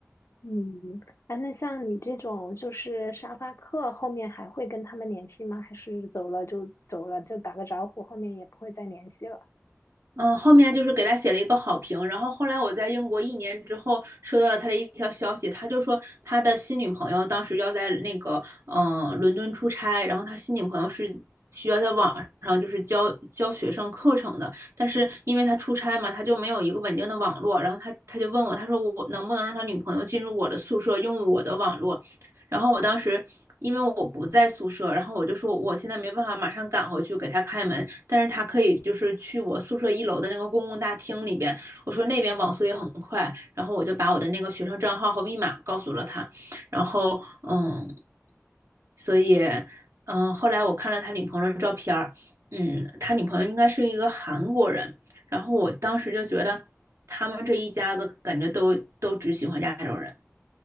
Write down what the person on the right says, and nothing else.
嗯，后面就是给他写了一个好评，然后后来我在英国一年之后收到了他的一条消息，他就说他的新女朋友当时要在那个嗯、呃伦敦出差，然后他新女朋友是需要在网上就是教教学生课程的，但是因为他出差嘛，他就没有一个稳定的网络，然后他他就问我，他说我能不能让他女朋友进入我的宿舍用我的网络，然后我当时因为我不在宿舍，然后我就说我现在没办法马上赶回去给他开门，但是他可以就是去我宿舍一楼的那个公共大厅里边，我说那边网速也很快，然后我就把我的那个学生账号和密码告诉了他，然后嗯，所以嗯，后来我看了他女朋友的照片儿，嗯，他女朋友应该是一个韩国人，然后我当时就觉得他们这一家子感觉都都只喜欢亚洲人。